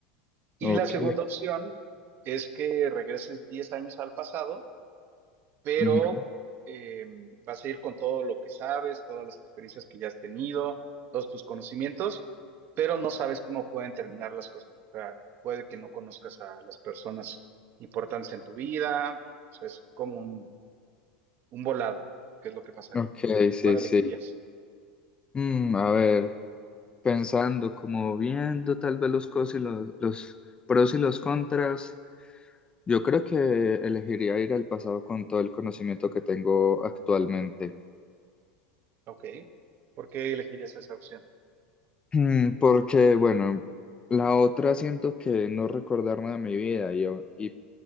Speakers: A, on the right; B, on the left.
A: Y
B: ok,
A: la segunda opción es que regreses 10 años al pasado, pero
B: ujú,
A: eh, vas a ir con todo lo que sabes, todas las experiencias que ya has tenido, todos tus conocimientos, pero no sabes cómo pueden terminar las cosas. O sea, puede que no conozcas a las personas importantes en tu vida. O sea, es como un, un volado, qué es lo que pasaría.
B: Ok, sí,
A: ¿Cuál elegirías?
B: sí. Mm, a ver, pensando, como viendo tal vez los, cos y los, los pros y los contras, yo creo que elegiría ir al pasado con todo el conocimiento que tengo actualmente.
A: Ok. ¿Por qué elegirías esa opción?
B: Mm, porque, bueno, la otra siento que no recordarme de mi vida y, y